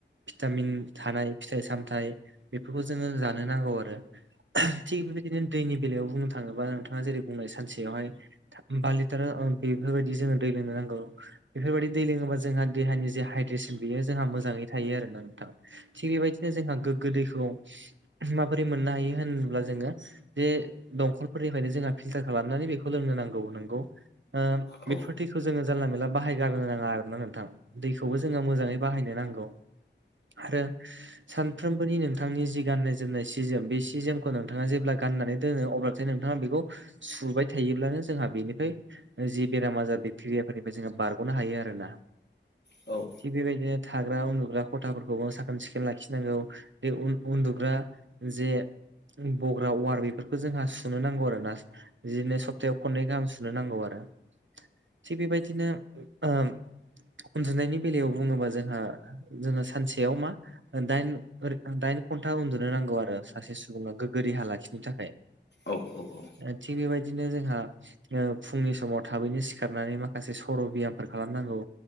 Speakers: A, on the right; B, on the left.
A: भिटामिन थानाय फिथाइ सामथाइ बेफोरखौ जोङो जानो नांगौ आरो थिग बिबायदि बिदिनो दैनि बेलायाव बुंनो थाङोबा नोंथाङा जेरै बुंनाय सानसेयावहाय बा लिटार बेफोरबायदि जोङो दै लोंनो नांगौ बेफोरबायदि दै लोङोबा जोंहा देहानि जे हाइद्रेसन बेयो जोंहा मोजाङै थायो आरोना नोंथां थिग बेबायदिनो जोंहा गोगो दैखौ माबोरै मोननो हायो होनब्ला जोङो बे दंखल फोरनिफ्रायनो जोंहा दैखौ फिलतार खालामनानै बेखौ‌ लोंनो नांगौ नोंगौ ओ
B: औ
A: बेफोर‌ दैखौ खौ जोङो जानला मेनला बाहायगारनो नाङा आरो ना नोंथां दैखौबो जोङो मोजाङै बाहायनो नांगौ आरो सानफ्रोमबोनि नों नोंथांनि जि गाननाय जोमनाय सि जोम बे सि जोमखौ नोंथाङा जेब्ला गाननानै दोनो अब्लाथाय नोंथाङा बेखौ सुबाय थायोब्लानो जोंहा बेनिफ्राय जि बेराम आजार बेक्टेरियाफोरनिफ्राय जोंङो बारगनो हायो आरोना
B: औ
A: थिग बेबायदिनो थाग्रा उन्दुग्रा खथाफोरखौबो साखोन सिखोन लाखिनांगौ बे उन‌ उन्दुग्रा जे बग्रा वार बेफोरखौ जोंहा सुनो नांगौ आरोना बिदिनो सप्तायाव खननै गाहाम सुनो नांगौ आरो थिग बेबायदिनो ओम उन्दुनायनि बेलायाव बुङोबा जोंहा जोङो सानसेयाव मा दाइन‌ ओ‌र दाइन घन्टा उन्दुनो नांगौ आरो सासे सुबुङा गोग्गो देहा लाखिनो थाखाय
B: औ औ औ
A: ओ थिग बेबायदिनो जोंहा ओ फुंनि समाव थाबैनो सिखारनानै माखासे सर बियामफोर खालामनांगौ